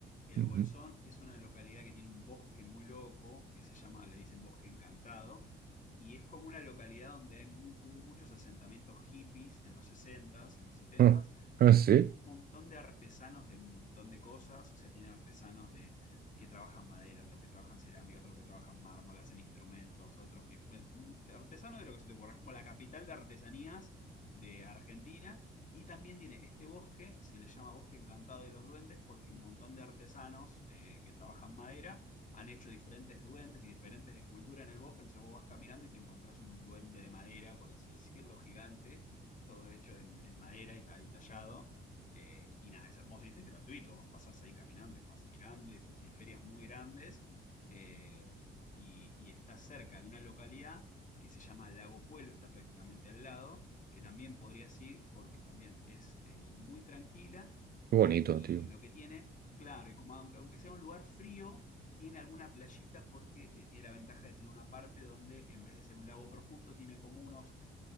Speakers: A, on the left; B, on the right.
A: El
B: Ujú.
A: Bolsón
B: <laughs>
A: es una localidad que tiene un bosque muy loco, que se llama, le dicen Bosque Encantado, y es como una localidad donde hay mu- hubo muchos asentamientos hippies en los 60s, en los 70s,
B: Ah, ah,
A: entonces
B: sí,
A: tiene un montón de artesanos de un montón de cosas, o sea, tiene artesanos de que trabajan madera, otros que trabajan cerámica, otros que trabajan mármol, hacen instrumentos, otros que... Bueno, artesano de lo que se te ocurra, es como la capital de artesanías de Argentina. Y también tiene este bosque, se le llama Bosque Encantado de los Duendes, porque un montón de artesanos eh, que trabajan madera han hecho diferentes duendes y diferentes esculturas en el bosque. Entonces vos vas caminando y te encontrás un duende de madera, por así <laughs> decirlo, gigante, todo hecho en, en madera y, ta- y tallado eh, y nada, es hermoso. Y esto es gratuito. Vos pasás ahí caminando y vas mirando. Y después tiene ferias muy grandes. eh, y, y está cerca de una localidad que se llama Lago Puelo Está prácticamente al lado. Que también podrías ir porque también es eh, muy tranquila.
B: qué
A: Tiene,
B: bonito,
A: y
B: tío.
A: lo que tiene, claro, y como aunque, aunque sea un lugar frío, tiene alguna playita porque eh, tiene la ventaja de tener una parte donde en vez de ser un lago profundo, tiene como unos